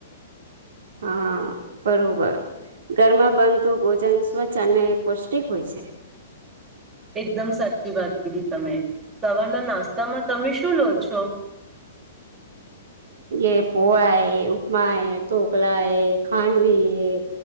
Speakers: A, on the right (about 75°); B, on the right (about 25°).
A: હા બરોબર ઘરમાં બનતું ભોજન સ્વચ્છ અને પૌષ્ટિક હોય છે
B: એકદમ સાચી વાત કીધી તમે સવારના નાસ્તામાં તમે શું લો છો
A: એ પોોવાય ઉપમાય ઢોકલાય ખાંડવી